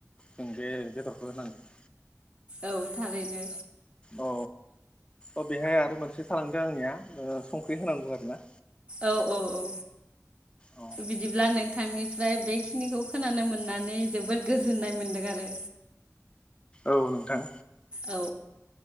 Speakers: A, on the left (about 20°); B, on the right (about 20°).
A: जों बे बेदरखौ होनांगोन
B: औ थारैनो
A: अ अ बेहाय आरो मोनसे थालांदों आंनिया संख्रि होनांगौ आरोना
B: औ औ औ
A: औ
B: बिदिब्ला नोंथांनि बेखिनिखौ खोनानो मोननानै जोबोद गोजोननाय मोन्दों आरो
A: औ नोंथां
B: औ